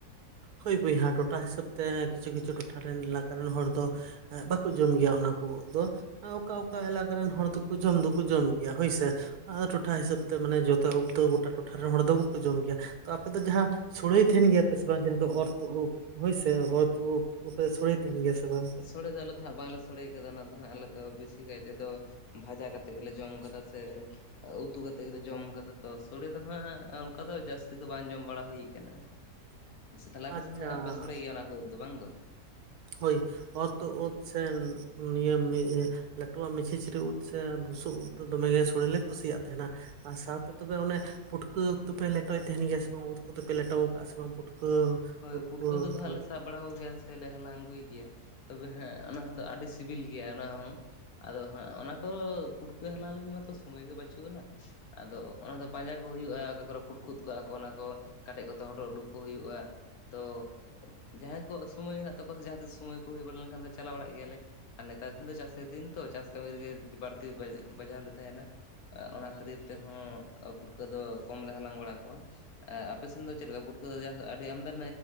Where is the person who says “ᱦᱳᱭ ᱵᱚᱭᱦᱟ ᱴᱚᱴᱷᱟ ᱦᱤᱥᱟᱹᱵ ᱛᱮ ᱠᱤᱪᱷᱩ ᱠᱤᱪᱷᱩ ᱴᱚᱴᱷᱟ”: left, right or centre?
Right